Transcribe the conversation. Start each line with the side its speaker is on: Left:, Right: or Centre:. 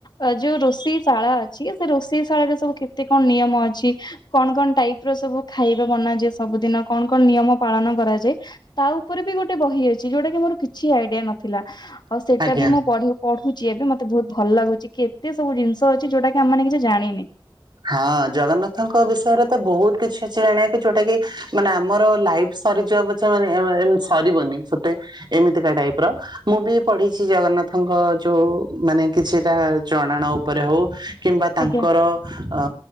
Left: ଅ ଯୋଉ ରୋଷେଇ ଶାଳା ଅଛି, ସେ ରୋଷେଇ ଶାଳାରେ ସବୁ କେତେ କଣ ନିୟମ ଅଛି? କଣ କଣ ଟାଇପ୍ ର ସବୁ ଖାଇବା ବନାଯାଏ ସବୁ ଦିନ? କଣ କଣ ନିୟମ ପାଳନ କରାଯାଏ? ତା' ଉପରେ ବି ଗୋଟେ ବହି ଅଛି। ଯୋଉଟା କି ମୋର କିଛି ଆଇଡିଆ ନଥିଲା। ଆଉ, ସେଇଟା
Right: ଆଜ୍ଞା
Left: ବି ମୁଁ ପଢ଼େ, ପଢୁଛି ଏବେ ମତେ ବହୁତ ଭଲ ଲାଗୁଚି। କେତେ ସବୁ ଜିନିଷ ଅଛି। ଯୋଉଟା କି ଆମେ ମାନେ କିଛି ଜାଣିନେ।
Right: ହଁ, ଜଗନ୍ନାଥଙ୍କ ବିଷୟରେ ତ ବହୁତ କିଛି ଅଛି ଜଣିବାକୁ। ଯୋଉଟା କି ମାନେ ଆମର ଲାଇଫ୍ ସରିଯିବ ପଛେ, ମାନେ ଏମ୍ ମାନେ ସରିବନି ସତେ, ଏମିତିକା ଟାଇପ୍ ର। ମୁଁ ବି ପଢିଛି, ଜଗନ୍ନାଥଙ୍କ ଯୋଉ ମାନେ କିଛିଟା, ଜଣାଣ ଉପରେ ହଉ। କିମ୍ବା ତାଙ୍କର
Left: ଆଜ୍ଞା
Right: ଅ